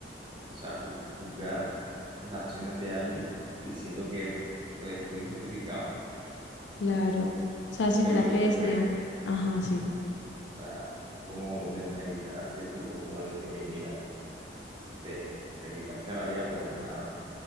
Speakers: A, on the right; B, on the left.
A: o sea, ju- juzgar las acciones de alguien y diciendo que pues, estuvo injustificado
B: Claro. O sea,
A: y
B: sí,
A: que
B: mira
A: lo hizo
B: qué decía.
A: pues
B: Ajá, sí.
A: O sea, es como desmeritar así el tipo como de que, hey, mira, si te, o sea, te quitaste la vida por nada.